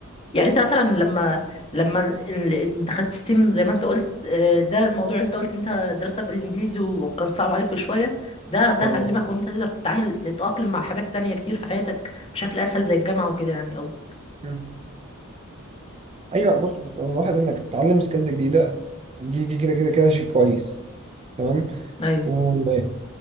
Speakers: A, on the left (about 25°); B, on the right (about 30°).
A: يعني انت مثلا لما لما ال- ال- دخلت ستيم زي ما انت قلت آه، ده الموضوع انت قلت ان انت دراستك بالانجليزي وكان صعب عليك في شويه ده ده
B: تمام
A: علمك ان انت تقدر تتعامل تتأقلم مع حاجات تانية كتير في حياتك بشكل اسهل زي الجامعه وكده يعني قصدي
B: مم. ايوه بص بص هو الواحد انك تتعلم سكيلز جديده دي دي كده كده كده شيء كويس تمام
A: ايوه
B: و-